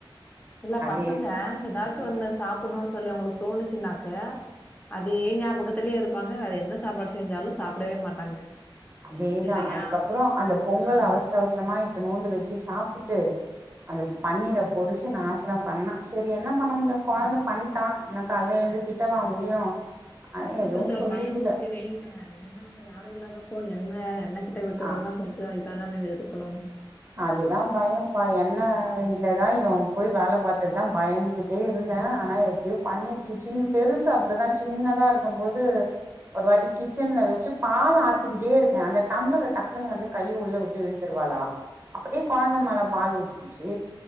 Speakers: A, on the left; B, on the right.
A: சில
B: அதே
A: பசங்க ஏதாச்சு ஒன்னு சாப்புடுனுனு சொல்லி அவுங்களுக்கு தோணுச்சுன்னாக்க அதே ஞாபகத்திலே இருப்பாங்க அது எந்த சாப்பாடு செஞ்சாலு சாப்டவே மாட்டாங்க
B: அதேதா
A: இல்லையா
B: அதுக்கப்றோ அந்த பொங்கல்
A: ஆ
B: அவசர அவசரமாட்டு இத்னனோண்டு வச்சு சாப்ட்டுட்டு அந்த பன்னீர பொரிச்சு நாசரம் பண்ணா சரி என்ன பண்ண முடியு கொழந்த பண் டா என்ன காலைல எழுந்து திட்டவா முடியு அ
A: அவங்கள
B: எதுவு
A: கொஞ்சோ
B: சொல்லிக்கல
A: பயமுர்த்தி வெய்ங்க என்ன யாரு இல்லாதப்ப எண்ண எண்ணக் கட்ட விட்றதெல்லா
B: ஆ
A: கொஞ்சோ இதான இருக்கனு
B: அதுதா பயோ பா எண்ண இல்லதா இவன் போய் வேல பாத்ததுதா பயஞ்சுட்டே இருந்தே ஆ னா எப்டியோ பண்ணிருச்சு சின் பெருசு அப்டிதா சின்னதா இருக்கும்போது ஒரு வாட்டி கிச்சன்ல வெச்சு பால் ஆத்திக்கிட்டே இருக்கே அந்த டம்ளர் டக்குன்னு வந்து கைய உள்ள விட்டு இழுத்துருவாளா அப்டியே கொழந்த மேல பால் ஊத்திக்கிச்சி